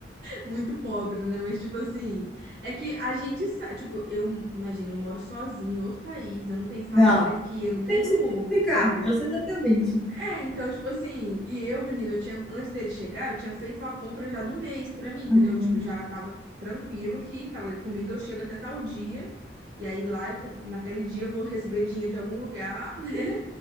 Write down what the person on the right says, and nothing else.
muito pobre, né? Mas, tipo assim, é que a gente sabe, tipo, eu imagino, eu moro sozinha em outro país, eu não tenho família
aqui, eu não tenho,
sabe,
é, então, tipo assim, e eu, menina, eu tinha, antes dele chegar, eu tinha feito uma compra já do mês pra mim, entendeu?
Tipo, já tava tranquilo que aquela comida eu chego até tal dia, e aí lá, eu, com- naquele dia eu vou receber dinheiro de algum lugar, <laughs> né?